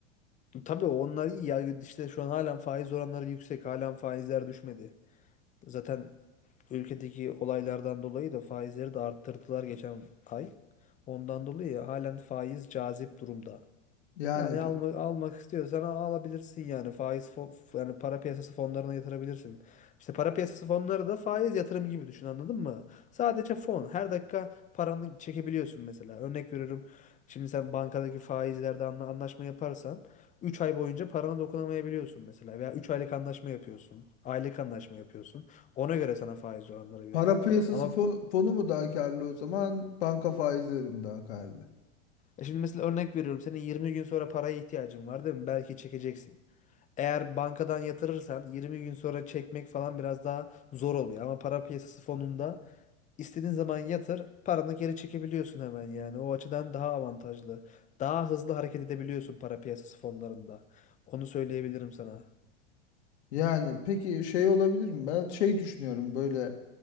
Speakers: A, on the left (about 20°); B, on the left (about 70°).
A: tabii onlar iyi ya. İşte şu an halen faiz oranları yüksek. Halen faizler düşmedi. Zaten ülkedeki olaylardan dolayı da faizleri de arttırdılar geçen ay. Ondan dolayı halen faiz cazip durumda.
B: Yani
A: Yani
B: pi-
A: alma, almak istiyorsan al- alabilirsin yani faiz fo- f- yani para piyasası fonlarına yatırabilirsin. İşte para piyasası fonları da faiz yatırım gibi düşün anladın mı? Sadece fon. Her dakika paranı çekebiliyorsun mesela. Örnek veriyorum. Şimdi sen bankadaki faizlerde anla- anlaşma yaparsan 3 ay boyunca parana dokunamayabiliyorsun mesela veya 3 aylık anlaşma yapıyorsun. Aylık anlaşma yapıyorsun. Ona göre sana faiz oranları veriyor.
B: para piyasası
A: Ama
B: fon- fonu mu daha karlı o zaman? Banka faizleri mi daha karlı?
A: e şimdi mesela örnek veriyorum. Senin 20 gün sonra paraya ihtiyacın var değil mi? Belki çekeceksin. Eğer bankadan yatırırsan 20 gün sonra çekmek falan biraz daha zor oluyor. Ama para piyasası fonunda istediğin zaman yatır, paranı geri çekebiliyorsun hemen yani. O açıdan daha avantajlı. Daha hızlı hareket edebiliyorsun para piyasası fonlarında. Onu söyleyebilirim sana.
B: Yani peki şey olabilir mi? Ben şey düşünüyorum böyle